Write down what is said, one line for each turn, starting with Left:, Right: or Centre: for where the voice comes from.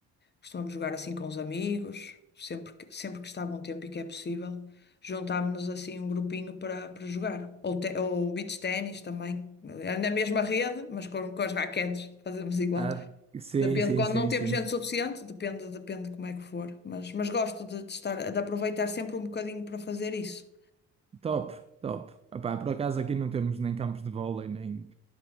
Left: Costumamos jogar assim com os amigos, sempre que, sempre que está bom tempo e que é possível, juntámos-nos assim um grupinho para, para jogar. Ou, te, ou beach ténis também, eh, na mesma rede, mas com, com as raquetes, fazemos igual.
Right: Ah, sim,
Left: Depende,
Right: sim,
Left: quando
Right: sim,
Left: não temos
Right: sim.
Left: gente suficiente, depende, depende como é que for. Mas, mas gosto de, de estar, de aproveitar sempre um bocadinho para fazer isso.
Right: Top, top. Epá, por acaso aqui não temos nem campos de vôlei, nem,